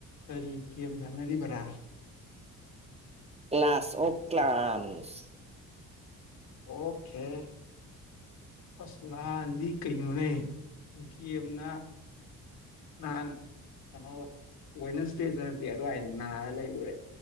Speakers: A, on the left; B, on the right.
A: ꯇꯔꯤ ꯀꯦꯝꯖꯅꯔꯤ ꯐꯔ
B: ꯀ꯭ꯂ ꯀ꯭ꯂꯥꯁ ꯑꯣꯐ ꯀ꯭ꯂ꯭ꯂꯥꯟꯁ
A: ꯑꯣꯀꯦ ꯑꯁ ꯅꯍꯥꯟꯗꯤ ꯀꯩꯅꯣꯅꯦ ꯀꯤ ꯑꯃꯅ ꯅꯍꯥꯟ ꯀꯩꯅꯣꯋꯦꯁ ꯗꯦꯗ ꯅꯛꯇ ꯑꯗꯨ ꯑ ꯅꯥꯔ ꯂꯩ ꯎꯔꯦ